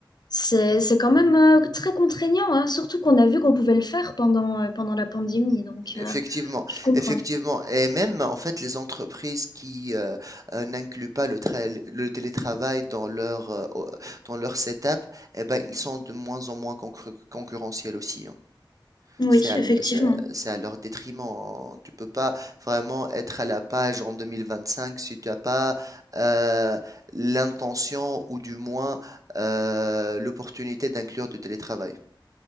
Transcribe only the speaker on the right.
Effectivement,
effectivement. Et même, en fait, les entreprises qui euh, euh, n'incluent pas le, tra- le télétravail dans leur, euh, au- dans leur setup, eh ben, ils sont de moins en moins concur- concurrentiels aussi. hein.
C'est à,
le- c'est à- c'est à leur détriment. hein. Tu peux pas vraiment être à la page en 2025 si tu n'as pas euh, l'intention ou du moins euh, l'opportunité d'inclure du télétravail.